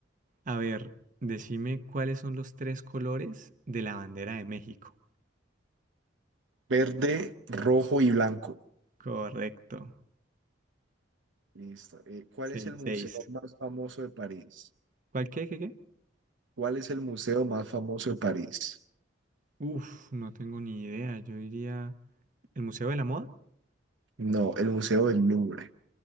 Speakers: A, on the right (about 45°); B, on the right (about 80°).
A: A ver, decime cuáles son los tres colores de la bandera de México.
B: Verde, rojo y blanco.
A: Correcto.
B: Listo. Eh, ¿cuál
A: seis
B: es el museo
A: seis
B: más famoso de París?
A: ¿Cuál qué, qué, qué?
B: ¿Cuál es el museo más famoso de París?
A: Uf, no tengo ni idea. Yo diría... ¿El Museo de la Moda?
B: No, el Museo del Louvre,